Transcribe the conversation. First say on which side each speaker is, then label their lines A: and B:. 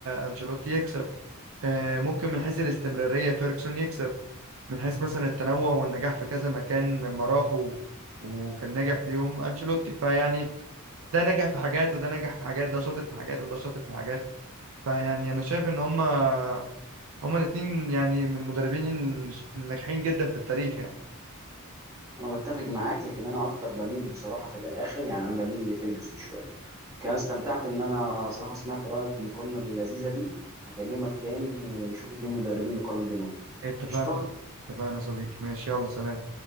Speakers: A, on the right (about 65°); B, on the right (about 15°).
A: انشيلوتي يكسب آه، ممكن من حيث الاستمراريه فيرجسون يكسب من حيث مثلا التنوع والنجاح في كذا مكان لما راحوا وكان ناجح فيهم انشيلوتي فيعني ده نجح في حاجات وده نجح في حاجات ده شاطر في حاجات وده شاطر في حاجات فيعني انا شايف ان هما هما الاتنين يعني من المدربين الناجحين جدا في التاريخ يعني
B: انا بتفق معاك لكن انا اكتر بميل بصراحه في الاخر يعني انا بميل لفيرجسون شويه كان استمتعت ان انا صراحه سمعت رايك في المقارنه اللذيذه دي هكلمك تاني نشوف اتنين مدربين نقارن بينهم
A: اتفقنا
B: قشطه
A: اتفقنا يا صديقي ماشي يلا سلام